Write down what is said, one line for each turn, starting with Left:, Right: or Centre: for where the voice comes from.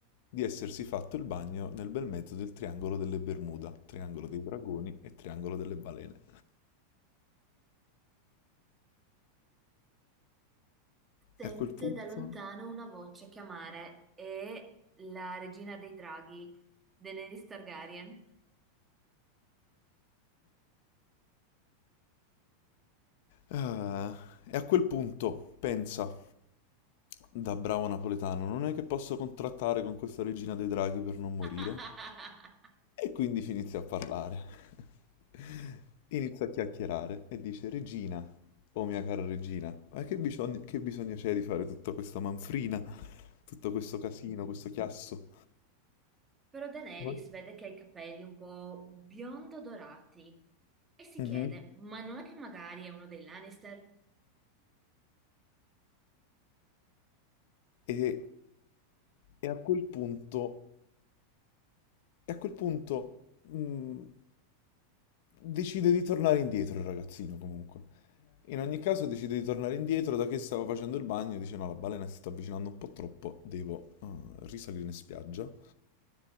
Left: di essersi fatto il bagno nel bel mezzo del triangolo delle Bermuda, triangolo dei dragoni e triangolo delle balene.
Right: Sente
Left: E a quel punto...
Right: da lontano una voce chiamare è la regina dei draghi, Daenerys Targaryen.
Left: Ah, e a quel punto, pensa, da bravo napoletano, non è che posso contrattare con questa regina dei draghi per non morire?
Right: <laughs>
Left: E quindi inizia a parlare. <laughs> Inizia a chiacchierare e dice, Regina, oh mia cara regina, ma che bisogno, che bisogno c'è di fare tutta questa manfrina, tutto
Right: Mhm.
Left: questo casino, questo chiasso?
Right: Però Daenerys
Left: No?
Right: vede che ha i capelli un po' biondo dorati e si
Left: Mhm.
Right: chiede, ma non è che magari è uno dei Lannister?
Left: E, e a quel punto, e a quel punto mh, decide di tornare indietro il ragazzino comunque. In ogni caso decide di tornare indietro, da che stavo facendo il bagno, dice no, la balena si sta avvicinando un po' troppo, devo eh, risalire in spiaggia.